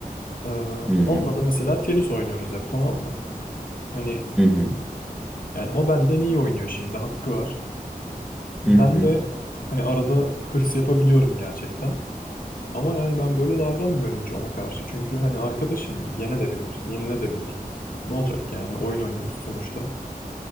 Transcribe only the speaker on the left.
Ee,
onunla da mesela tenis oynuyoruz hep tamam mı? Hani
yani o benden iyi oynuyor şimdi hakkı var. Ben
de hani arada hırs yapabiliyorum gerçekten. Ama yani ben böyle davranmıyorum hiç ona karşı. Çünkü hani arkadaşım yene de bilir, yenile de bilir. Ne olacak yani oyun oynuyoruz sonuçta.